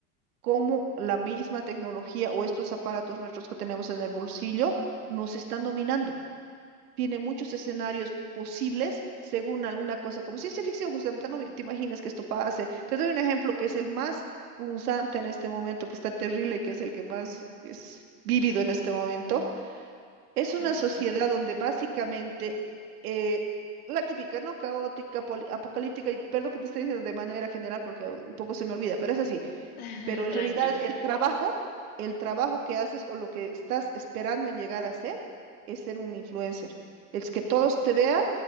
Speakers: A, on the right (about 75°); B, on the left (about 70°).
A: cómo la misma tecnología o estos aparatos nuestros que tenemos en el bolsillo nos están dominando. Tiene muchos escenarios posibles según alguna cosa, como ciencia ficción, justamente no te imaginas que esto pase. Te doy un ejemplo que es el más punzante en este momento, que está terrible, que es el que más es vívido en este momento es
B: Ajá.
A: una sociedad donde básicamente eh, la típica, ¿no? Caótica, poli- apocalíptica, y perdón que te esté diciendo de manera general porque un poco se me olvida, pero es así
B: <laughs>
A: pero en
B: Tranqui.
A: realidad el <laughs> trabajo, el trabajo que haces o lo que estás esperando llegar a hacer es ser un influencer. Es que todos te vean,